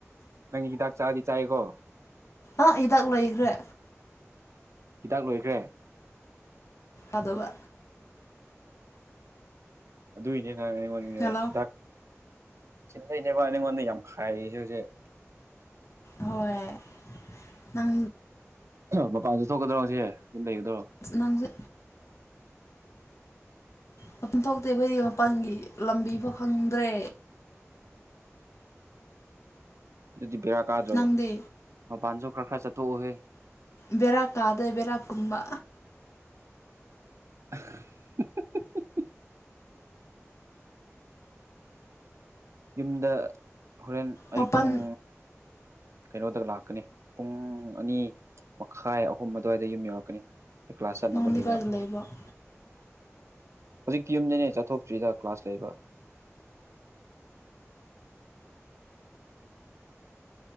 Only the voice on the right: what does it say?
ꯅꯪ ꯍꯤꯗꯥꯛ ꯆꯥꯗꯤ ꯆꯥꯏꯀꯣ
ꯍꯤꯗꯥꯛ ꯂꯣꯏꯈ꯭ꯔꯦ
ꯑꯗꯨꯏꯅꯦ ꯅꯪ ꯑꯩꯉꯣꯟꯗ
ꯍꯤꯗꯥꯛ ꯑꯩꯅꯦꯕ ꯑꯩꯉꯣꯟꯗ ꯌꯥꯝ ꯈꯥꯏꯔꯤꯁꯦ ꯍꯧꯖꯤꯛ
ꯃꯄꯥꯟꯁꯨ ꯊꯣꯛꯀꯗ꯭ꯔꯣꯁꯦ ꯌꯨꯝ ꯂꯩꯒꯗ
ꯑꯗꯨꯗꯤ ꯕꯦꯔꯥ ꯀꯥꯗ꯭ꯔꯣ
ꯃꯄꯥꯟꯁꯨ ꯈꯔ ꯈꯔ ꯆꯠꯊꯣꯛꯎꯍꯦ
ꯍꯨꯝ ꯍꯨꯝ ꯌꯨꯝꯗ ꯍꯣꯔꯦꯟ ꯑꯩ
ꯄꯨꯡ ꯀꯩꯅꯣꯗ ꯂꯥꯛꯀꯅꯤ ꯄꯨꯡ ꯑꯅꯤ ꯃꯈꯥꯏ ꯑꯍꯨꯝ ꯑꯗꯨꯋꯥꯏꯗ ꯌꯨꯝ ꯌꯧꯔꯛꯀꯅꯤ ꯑꯩ ꯀ꯭ꯂꯥꯁ ꯆꯠꯅꯕ
ꯂꯩꯕ
ꯍꯧꯖꯤꯛꯇꯤ ꯌꯨꯝꯗꯅꯦ ꯆꯠꯊꯣꯛꯇ꯭ꯔꯤꯗ ꯀ꯭ꯂꯥꯁ ꯂꯩꯕ